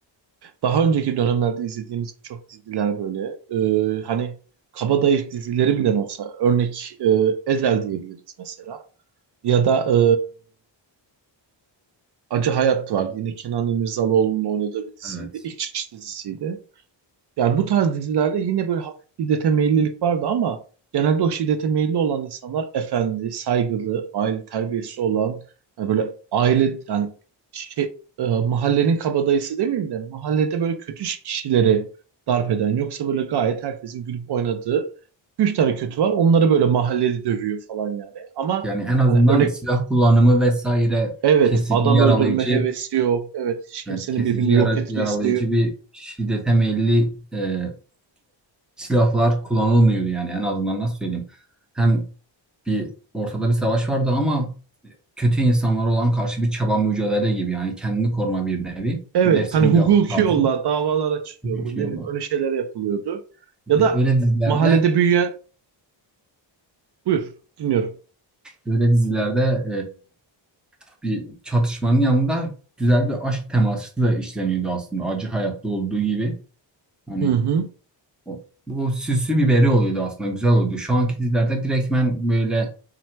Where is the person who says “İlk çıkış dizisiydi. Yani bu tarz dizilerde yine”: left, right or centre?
Right